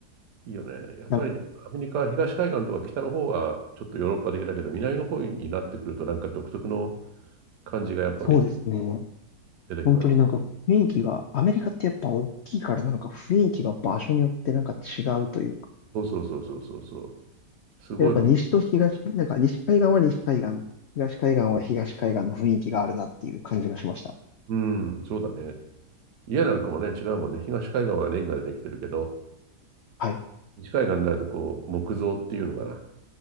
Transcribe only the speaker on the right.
いいよね。やっぱり、
アメリカ、東海岸とか北の方は、ちょっとヨーロッパ的だけど、南の方になってくると、なんか独特の感じがやっぱり
出てきます。
うんそうそうそうそうそうそう。すごい、
うん、そうだね。家なんかもね、違うもんね。東海岸はレンガでできてるけど、
西海岸になるとこう、木造っていうのかな。